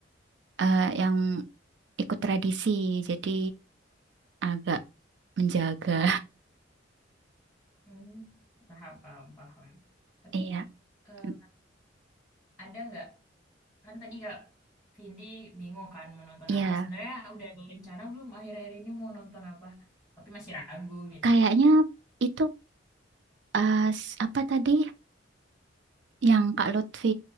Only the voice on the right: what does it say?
eh, yang ikut tradisi jadi agak menjaga
<laughs> iya
mm,
iya
Kayaknya itu uh, s- apa tadi yang Kak Lutfi